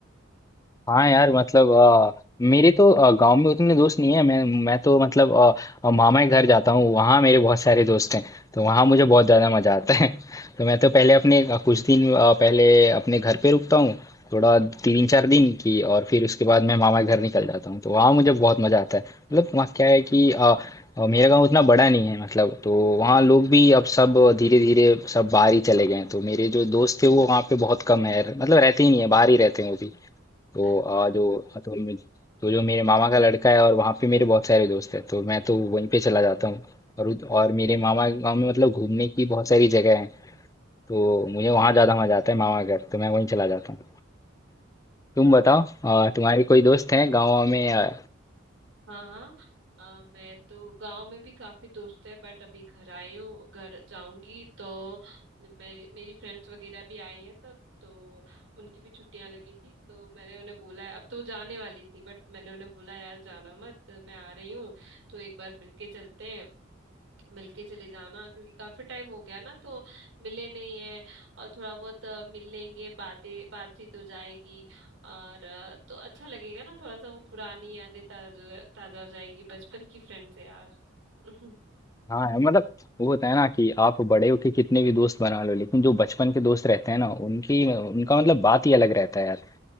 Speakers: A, on the left; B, on the right.
A: हाँ यार मतलब अ, मेरे तो अ, गांव में उतने दोस्त नहीं है मैं मैं तो मतलब अ, अ, मामा के घर जाता हूँ वहाँ मेरे बहुत सारे दोस्त हैं तो वहाँ मुझे बहुत ज़्यादा मज़ा आता है <laughs> तो मैं तो पहले अपने अ, कुछ दिन अ, पहले अपने घर पे रुकता हूँ थोड़ा तीन चार दिन की और फिर उसके बाद मैं मामा के घर निकल जाता हूँ तो वहाँ मुझे बहुत मज़ा आता है मतलब वहाँ क्या है कि अ, अ, मेरा गांव उतना बड़ा नहीं है मतलब तो वहाँ लोग भी अब सब धीरे धीरे सब बाहर ही चले गए हैं तो मेरे जो दोस्त थे वो वहाँ पे बहुत कम है मतलब रहते ही नहीं है बाहर ही रहते हैं वो भी तो
B: अच्छा
A: आ जो हाँ, तो मुझे तो जो मेरे मामा का लड़का है और वहाँ पे मेरे बहुत सारे दोस्त हैं तो मैं तो वहीं पे चला जाता हूँ और उध- और मेरे मामा के गाँव में मतलब घूमने की बहुत सारी जगह है तो मुझे वहाँ ज़्यादा मज़ा आता है मामा घर तो मैं वहीं चला जाता हूँ तुम
B: हाँ
A: बताओ आ, तुम्हारे कोई दोस्त हैं गाँव में आ,
B: हाँ हाँ अ, मैं तो गांव में भी काफी दोस्त है बट अभी घर आई हूँ घर जाऊंगी तो मेरी मेरी फ्रेंड्स वगैरह भी आई हैं सब तो उनकी भी छुट्टियां लगी थी तो मैंने उन्हें बोला है अब तो वो जाने वाली थी बट मैंने उन्हें बोला यार जाना मत मैं आ रही हूँ तो एक बार मिलके चलते हैं मिलके चले जाना क्योंकि काफी टाइम हो गया ना तो मिले नहीं है और थोड़ा बहुत अ, मिल लेंगे बातें बातचीत हो जाएगी और अ, तो अच्छा लगेगा ना थोड़ा सा वो पुरानी यादें ताजा ताजा हो जाएंगी बचपन की फ्रेंड से यार <laughs>
A: हाँ है मतलब वो होता है ना कि आप बड़े होके कितने भी दोस्त बना लो लेकिन जो बचपन के दोस्त रहते हैं ना उनकी उनका मतलब बात ही अलग रहता है यार